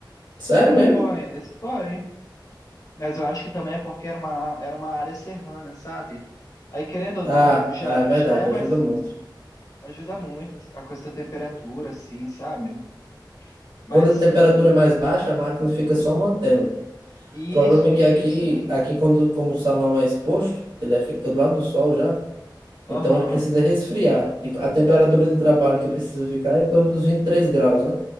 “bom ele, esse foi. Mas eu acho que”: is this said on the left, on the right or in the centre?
Left